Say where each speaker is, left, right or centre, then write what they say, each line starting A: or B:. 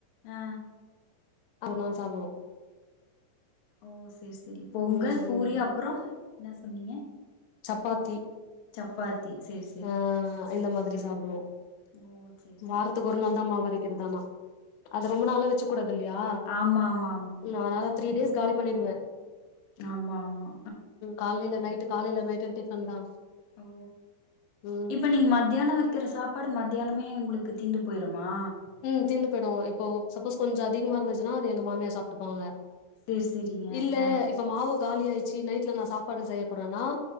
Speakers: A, on the left; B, on the left.
A: ஆ
B: அதனால சாப்டுவோ
A: ஓ செரி செரி பொங்கல்
B: ம்
A: பூரி அப்றோ என்ன சொன்னீங்க
B: சப்பாத்தி
A: சப்பாத் தி சேர்
B: ஆ இந்த மாரிதா சாப்பிடுவோ
A: ஓ சேரி சேரி
B: வாரத்துக்கு ஒரு நாள் தா மாவரைக்கிறது ஆனா அத
A: ஓ
B: ரொம்ப நாள வெச்சு கூடாது இல்லயா
A: ஆமா ஆமா ஆமாங்க
B: உ அதனால த்ரீ டேஸ்ல காலி பண்ணிடுவே
A: ஆமா ஆமா
B: காலையில நைட்டு் காலையில நைட்ன்னு டிஃபன் தா
A: ஓ
B: ம்
A: இப்ப நீங்க மத்தியான வெக்கிற சாப் பாடு மதியானமே உங்களுக்கு தீந்து போயிறுமா
B: ம் தீந்து போயிடு இப்போ சப்போஸ் கொஞ்சோ அதிகமா இருந்துச்சுன்னா அத எங்க மாமியா சாப்ட்டுப்பாங்க
A: சேரி சேரிங்க
B: இல்ல
A: ஆ
B: இப்ப மாவு காலி ஆயிச்சு நைட்ல நா சாப்பாடு செய்ய போறேன்னா